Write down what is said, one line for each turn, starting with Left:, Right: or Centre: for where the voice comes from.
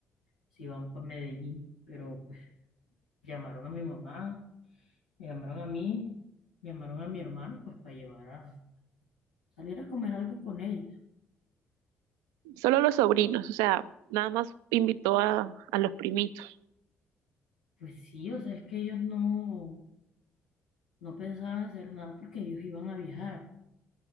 Left: si van para Medellín. Pero pues llamaron a mi mamá, me llamaron a mí, llamaron a mi hermano pues para llevar a salir a comer algo con ellos.
Right: Solo los sobrinos, o sea, nada más invitó a, a los primitos.
Left: Pues sí, o sea, es que ellos no, no pensaban hacer nada porque ellos iban a viajar,